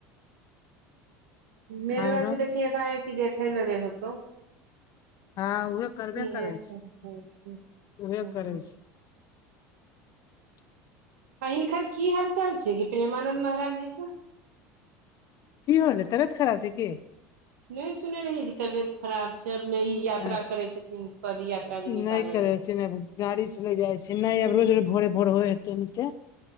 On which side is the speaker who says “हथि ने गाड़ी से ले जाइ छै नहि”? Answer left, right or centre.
Left